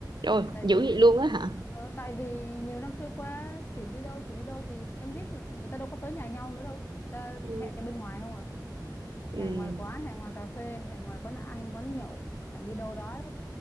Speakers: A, on the right; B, on the left.
A: rồi
B: tại
A: dữ
B: vì
A: vậy luôn á hả
B: ờ, tại vì nhiều năm trôi qua chuyển đi đâu chuyển đi đâu thì em biết là người ta đâu có tới nhà nhau nữa đâu người ta
A: ừ,
B: hẹn ra bên ngoài không à
A: Ừ,
B: hẹn ngoài quán hẹn ngoài cà phê hẹn ngoài quán ăn quán nhậu hẹn đi đâu đó